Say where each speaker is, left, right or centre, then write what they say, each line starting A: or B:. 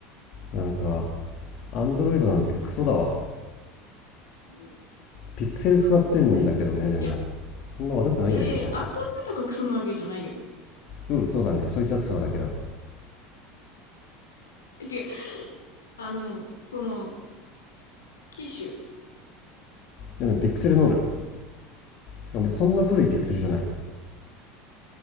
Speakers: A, on the left; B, on the left.
A: なんか、
B: うん、そうね。
A: Android なんてクソだわ。
B: うん。
A: ピクセル使ってんだけどね、
B: あ、え、そ、
A: でも。
B: いや、
A: そんな悪くないんだけどな。
B: いやいやいや、アンドロイドがクソなわけじゃないよ。
A: うん、そうだね。そいつはクソなだけだわ。
B: え違う。あの、その、機種。
A: でもピクセルなのよ。しかも別にそんな古いピクセルじゃない。い